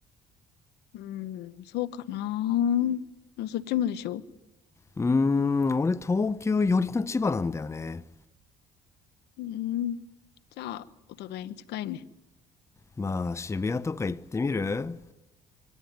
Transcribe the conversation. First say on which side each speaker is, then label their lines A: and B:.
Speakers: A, on the left (about 80°); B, on the left (about 15°).
A: うん、そうかな。でもそっちもでしょ
B: うーん俺東京寄りの千葉なんだよね
A: うん。じゃあ、お互いに近いね。
B: まあ渋谷とか行ってみる